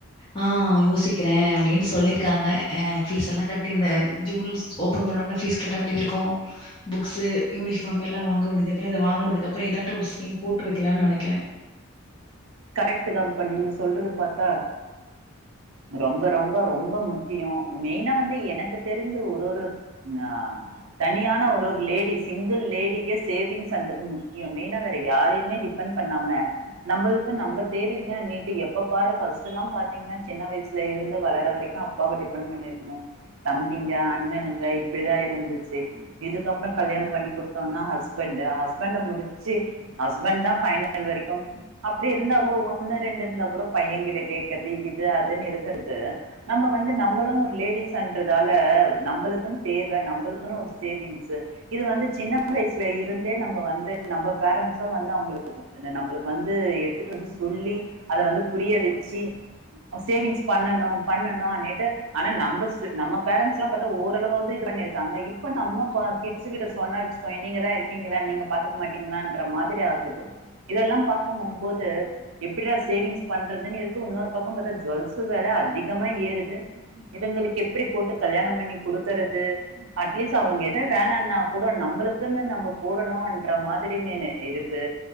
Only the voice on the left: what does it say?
ஆ யோசிக்கிற அப்டின்னு சொல்லியிருக்காங்க அ ஃபீஸ் எல்லா கட்டி இந்த ஜூன் ஓப்பன் பண்ணோனா ஃபீஸ் கட்ட வேண்டியது இருக்கூ புக்ஸு யூனிஃபார்ம் எல்லா வாங்க வேண்டியிதுருக்குல்ல இத வாங்குனது அப்புற ஏதாட்ட ஒரு ஸ்கீம் போட்டு வைக்கலானு நனைக்கிற